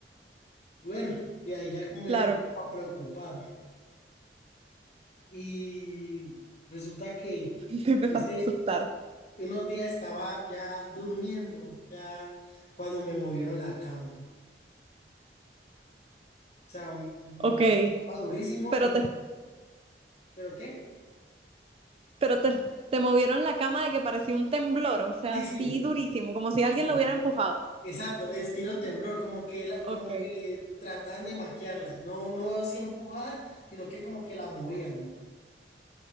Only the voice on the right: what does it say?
Claro,
<laughs> te empezaste
a asustar.
Ok,
pero
te,
pero te, te movieron la cama de que parecía un temblor, o sea,
así
durísimo, como si
alguien
lo hubiera empujado.
Ok.